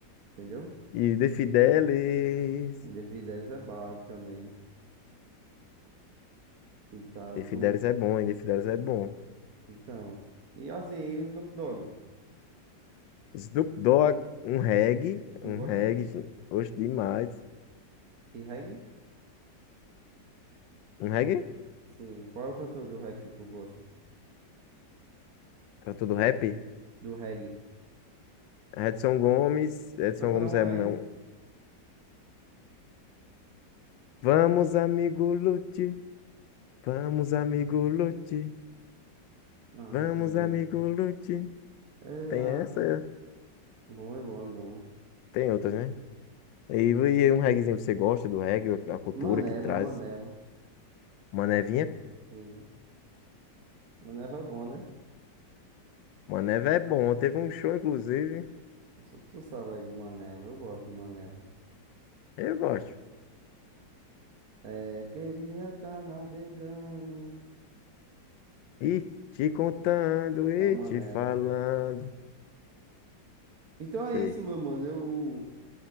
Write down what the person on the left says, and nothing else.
E De Fidelis.
De
Fidelis é bom, hein? De Fidelis é bom.
Snoop Dogg, um reggae,
um
reggae, gen- oxe, demais.
Um reggae?
Cantor do rap?
Edson Gomes, Edson
Gomes
é
meu. Vamos, amigo Lute, vamos, amigo Lute,
vamos,
amigo Lute.
Tem
essa,
tem outras, né? E, e um reggaezinho, você gosta do reggae, a cultura
que traz?
Manevinha?
Maneva é bom, teve um show, inclusive,
eu gosto.
E te contando e
te
falando.
Sei.